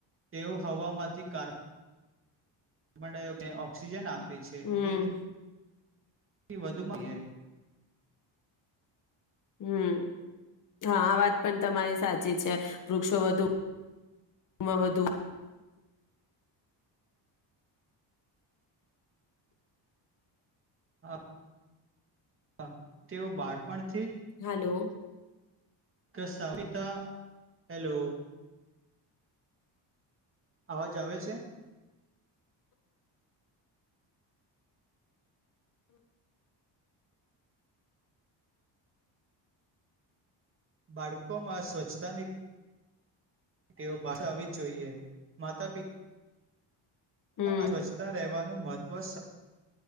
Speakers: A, on the right; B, on the left.
A: તેઓ હવામાંથી કાર્બન ડાયોક્સાઇડ ઓક્સિજન આપ છે.
B: હમ
A: તે થી થી વધુ મળએ
B: હમ, હા આ વાત પણ તમારી સાચી છે. વૃક્ષો વધુમાં વધુ
A: હા, તેવ બાળપણ
B: હલો!
A: કસાપિતા. હેલો! અવાજ આવે છે? બાળકોમાં સ્વચ્છતાની તેઓ પાડવી આવવી જ જોઈએ માતા પિતા
B: હમ
A: સ્વચ્છતા રહેવાનું મહત્વ મહત્વ